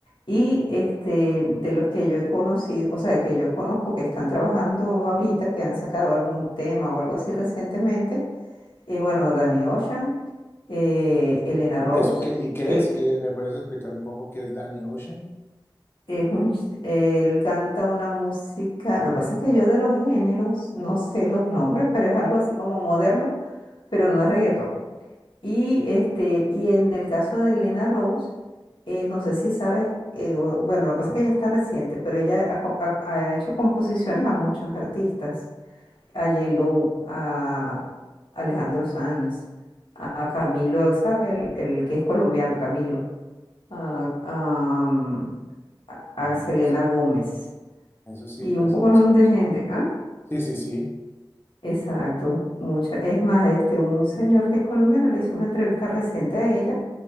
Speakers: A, on the left (about 70°); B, on the left (about 25°).
A: Y, este, de los que yo he conocido, o sea, que yo conozco que están trabajando ahorita, que han sacado algún tema o algo así recientemente, eh, bueno, Danny Ocean, eh, Elena Rose,
B: ¿Y eso qué, y qué
A: que
B: es? ¿Qué, ¿Me puedes explicar un poco qué es Danny Ocean?
A: Es un, ch- él canta una música, lo que pasa es que yo de los géneros no sé los nombres, pero es algo así como moderno, pero no es reggaetón. Y, este, y en el caso de Elena Rose, eh, no sé si sabes, eh, o- bueno, lo que pasa es que ella está reciente, pero ella ha, co- ha- ha hecho composiciones a muchos artistas, a J-Lo, a Alejandro Sanz, a Camilo, ¿sabes? El, el que es colombiano, Camilo, a, a mm, a- a
B: No,
A: Selena
B: no sé.
A: Gómez.
B: Eso sí,
A: Y
B: pues
A: un poco
B: los
A: no
B: conozco.
A: un de gente. Ah,
B: Sí, sí, sí.
A: exacto. Mucha. Es más, este, un señor que es colombiano le hizo una entrevista reciente a ella